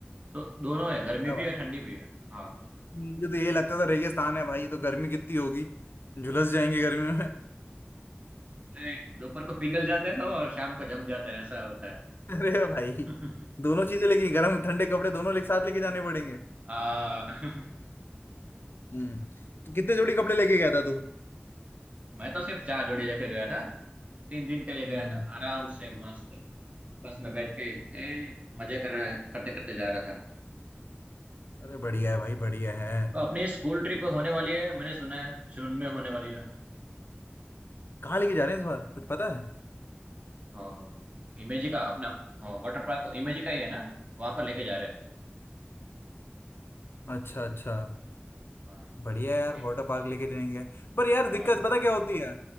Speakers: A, on the right; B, on the left.
A: तो दोनों है गर्मी
B: क्या
A: भी
B: बात
A: है ठंडी
B: है?
A: भी है हाँ
B: मुझे तो यही लगता था रेगिस्तान है भाई तो गर्मी कितनी होगी झुलस जाएंगे गर्मी
A: नहीं, दोपहर को पिघल जाते हैं और शाम को जम जाते हैं ऐसा होता है
B: अरे भाई
A: <laughs>
B: दोनों चीजें लेके गर्म ठंडे कपड़े दोनों एक साथ लेके जाने पड़ेंगे
A: आ, <laughs>
B: हम्म तो कितने जोड़ी कपड़े लेके गया था तू
A: मैं तो सिर्फ चार जोड़ी लेके गया था तीन दिन के लिए गया
B: हम्म
A: था आराम से मस्त बस में बैठ के ए, मजे कर करते करते जा रहा था
B: अरे बढ़िया है भाई बढ़िया है
A: तो अपनी स्कूल ट्रिप होने वाली है मैंने सुना है जून में होने वाली है
B: कहाँ लेके जा रहे हैं इस बार कुछ पता है
A: हाँ इमेजी का अपना हाँ वाटर पार्क इमेजी का ही है ना वहां पर लेके जा रहे हैं
B: अच्छा अच्छा
A: हाँ
B: बढ़िया है यार
A: एक
B: वाटर पार्क लेके जाएंगे पर यार दिक्कत
A: हाँ
B: पता क्या होती है